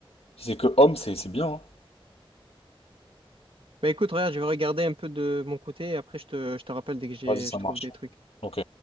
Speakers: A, on the left; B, on the right.
A: Si c'est que homme, c'est c'est bien, hein.
B: Bah écoute, regarde, je vais regarder un peu de mon côté et après, je te, je te rappelle dès que j'ai,
A: Vas-y, ça
B: je
A: marche.
B: trouve des trucs.
A: Ok.